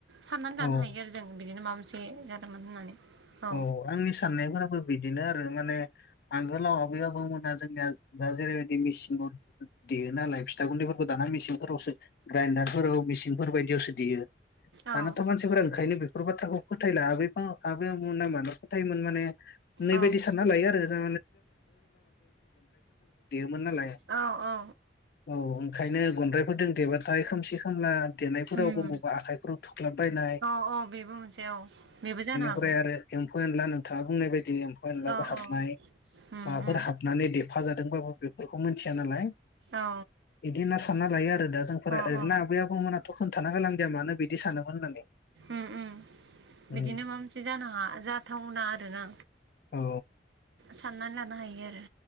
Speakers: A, on the right (about 75°); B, on the left (about 55°).
A: साननानै
B: औ
A: लानो हायो आरो जों बिदिनो माबा मोनसे जा मोन होननानै। औ
B: अ आंनि साननायफोराबो बिदिनो आर आरो माने आगोलाव आबै आबौमोना जोंनिया दा जेरैबायदि मेसिनाव देयो नालाय फिथा गुन्दैफोरखौ दानानै मेसिनफोरावसो ग्रायडारफोराव मेसिनफोर बायदियावसो देयो।
A: औ
B: दानाथ' मानसिफोरा ओंखायनो बे फोर बाथ्राखौ <unintelligible> फोथायमोन माने नै
A: औ
B: बायदि सानना लायो आरो जों <unintelligible> मन नालाय
A: औ औ
B: औ ओंखायनो गनद्राय फोरदों देबाथाय खोमसि खोमला देनायफोराव
A: उम
B: बबावबा आखाइफोराव थुख्लाबबायनाय
A: औ औ बेबो मोनसे औ बेबो जानो हा
B: ओफ्राय आरो एम्फौ एनला थां बुंनाय बायदि बिदि एम्फा-एनलाबो
A: औ
B: हाबनाय
A: औ उम
B: माबाफोर
A: उम
B: हाबनानै देफाजादोंबाबो बेफोरखौ मिथिया नालाय
A: औ
B: बिदि होनना सानना लायो आरो दा जोंफोर
A: औ
B: ओरैनो
A: औ
B: आबै-आबौमोनाथ' होन थाना गालांदेया मानो बिदि सानोमोन होननानै
A: उ उ बिदिनो
B: उम
A: मा मोनसे जानो हा जाथावना आरोना
B: औ
A: साननानै लानो हायो आरो